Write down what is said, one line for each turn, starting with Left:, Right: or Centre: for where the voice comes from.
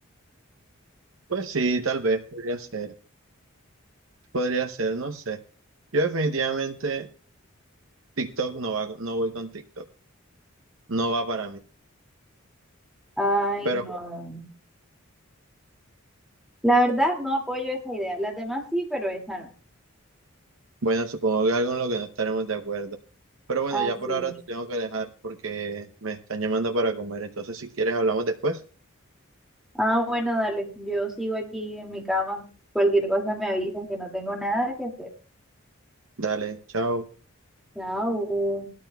Right: Pues sí, tal vez podría ser, podría ser, no sé. Yo definitivamente TikTok no va, no voy con TikTok, no va para mí,
Centre: Ay,
Right: pero
Centre: no. La verdad no apoyo esa idea. Las demás sí, pero esa no.
Right: bueno, supongo que algo en lo que no estaremos de acuerdo. Pero bueno,
Centre: Así
Right: ya por ahora
Centre: es.
Right: te tengo que dejar porque me están llamando para comer. Entonces, si quieres, hablamos después.
Centre: Ah, bueno, dale. Yo sigo aquí en mi cama. Cualquier cosa me avisas que no tengo nada que hacer.
Right: Dale, chao.
Centre: Chao.